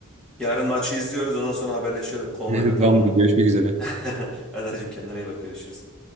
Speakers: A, in the centre; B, on the right.
A: Yarın maçı izliyoruz ondan sonra haberleşelim konvoyda
B: <laughs>
A: tamam
B: Tamamdır
A: mı?
B: görüşmek üzere.
A: <laughs> Adacığım kendine iyi bak görüşürüz.